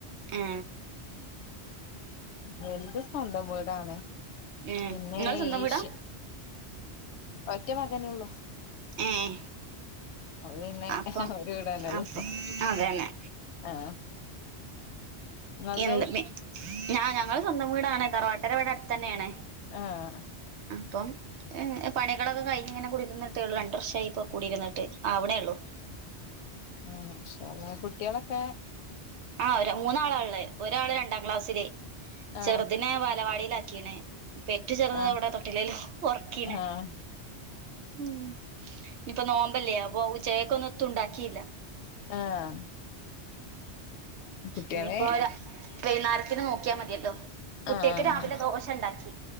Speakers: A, on the right; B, on the left.
A: ഏ
B: ഉ വെലത് സ്വന്തം വീടാണ്
A: ഏ
B: പിന്നെ
A: നിങ്ങള് സ്വന്തം വീടാ
B: ശ ഒറ്റ മകനേ ഉള്ളു
A: ആഹ
B: പിന്നെ
A: അപ്പം
B: ഒരു വീടാണല്ലോ
A: അപ്പൊ അതന്നെ
B: ആഹ് ഇങ്ങൾതോ
A: എ ഞാ ഞങ്ങൾ സ്വന്തം വീടാണ് തറവാട്ടര വടെ അഡ് തന്നേ ണ്
B: ആഹ
A: ഇപ്പം പണികളൊക്കെ കഴിഞ്ഞിങ്ങനെ കുടിക്കുന്നിട്ടേ ഉള്ളൂ രണ്ട വർഷമായി ഇപ്പ കൂടിരിന്നിട്ട് ആവണേയള്ളൂ
B: ആ കുട്ട്യാളൊക്കെകുട്ട്യാളൊക്കെ
A: ആഹ ഒ മൂന്നാള ള്ളെ ഒരാള് രണ്ടാം ക്ലാസ്സില് ചെറുതിനെ
B: ആഹ്
A: വാലവാടിയിലാ പെറ്റു ചെറുതത്
B: ആഹ്
A: അവിടെ തൊട്ടിലേല ഒർക്കീണ്
B: ആഹ്
A: ഉം ഇനിപ്പോ നോമ്പല്ലയാ അ ചേക്കൊന്നും തും ണ്ടാക്കില്ലാ
B: ആഹ് കുട്ടികളെ
A: ഇനിയിപ്പോ വൈന്നാരത്തിന് നോക്കിയാ മതിയല്ലോ കുട്ട്യാക്ക്
B: ആഹ്
A: രാവിലെ ദോശ ണ്ടാക്കി